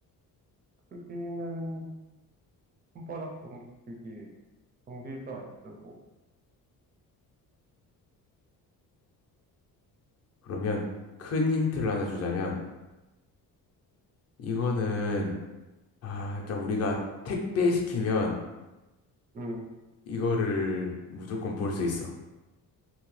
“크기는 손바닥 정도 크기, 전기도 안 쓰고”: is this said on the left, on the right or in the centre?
Right